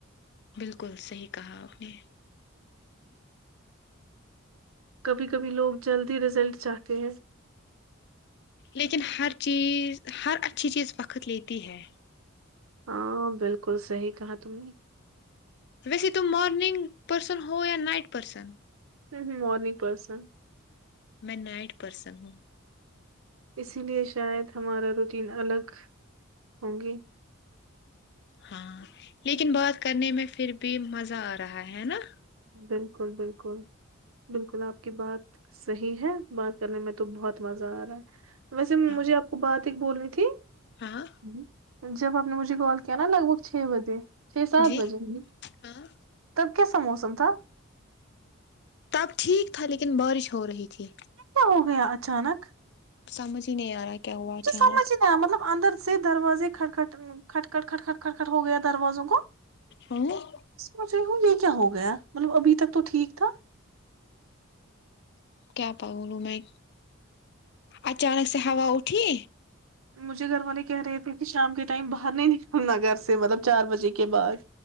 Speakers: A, on the left; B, on the right.
A: بالکل صحیح کہا آپ نے
B: کبھی کبھی لوگ جلدی رزلٹ چاہتے ہیں
A: لیکن ہر چیز ہر اچھی چیز وقت لیتی تی ہے <unintelligible>
B: ہاں بالکل صحی کہا تم نے
A: ویسے تم مارننگ پرسن ہو یا نائٹ پرسن
B: ہ ہ مورننگ پرسن
A: میں نائٹ پرسن ہوں
B: اسی لیے شاید ہمارا روٹین الگ ہوں گے
A: ہاں لیکن بات کرنے میں پھر بھی مزہ آ رہا ہے نا <inaudible>
B: بالکل بالکل بالکل آپ کی بات صحیح ہے بات کرنے میں تو بہت مزہ آ رہا ہے ویسے مجھے
A: ہاں
B: آپ کو بات <inaudible> بول رہوی تھی <inaudible> ہوں
A: ہاں
B: <inaudible> جب آپ نے مجھے کال کیا نا لگ بھگ چھ بجے چھ سات
A: جی
B: بجے گی
A: ہاں
B: تب کیسے <inaudible> موسم تو
A: تب ٹھیک تھا لیکن بارش ہو رہی تھی
B: کیا ہو گیا اچانک
A: سمج ہی نہیں آ رہا کیا ہوا اچانک
B: وہھ سمجھ ہی نا مطلب اندر سے دروازے کٹ کھٹ کٹ کٹ کٹ کٹکھٹ ہو گیا تھا دروازوں کو
A: ہاں
B: سوچ رہی ہوں یہ کیا ہو گیا مطلب ابھی تک تو ٹھیک تھا
A: کیا پا بولوں میں اچانک سے ہوا اٹھی
B: مجھے گھر والے کہہ رہے تھے کہ شام کے ٹائم باہر نہیں نکلنا گھر سے مطلب چار بجے کے بعد